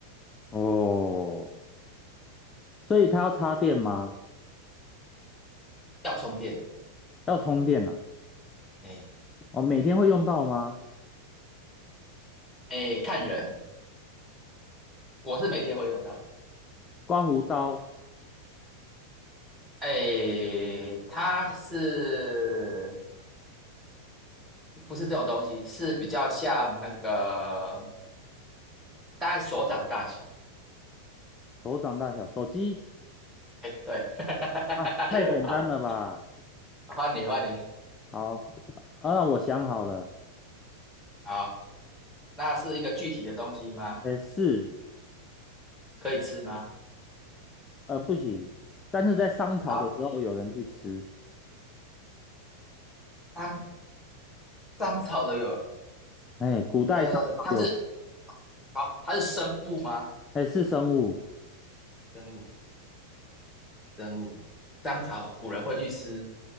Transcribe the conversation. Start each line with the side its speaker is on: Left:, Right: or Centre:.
Left: 哦，所以它要插电吗？
Centre: 要充电。
Left: 要充电呐、
Centre: 哎
Left: 哦，每天会用到吗？
Centre: 哎，看人，我是每天会用到。
Left: 刮胡刀，
Centre: 诶，它是不是这种东西？是比较像那个大概手掌大小。
Left: 手掌大小，手机
Centre: 哎，对，<laughs>
Left: 啊，太简单了吧？
Centre: 好，换你，换你。
Left: 好。啊，那我想好了，
Centre: 好，那是一个具体的东西吗？
Left: 哎是，
Centre: 可以吃吗？
Left: 呃，不行，但是在商朝的时候有人去吃，
Centre: 好，当当草的有，
Left: 哎，古代商朝有，
Centre: 呃，它是好，它是生物吗？
Left: 哎，是生物，
Centre: 生物，生物，当草古人会去吃。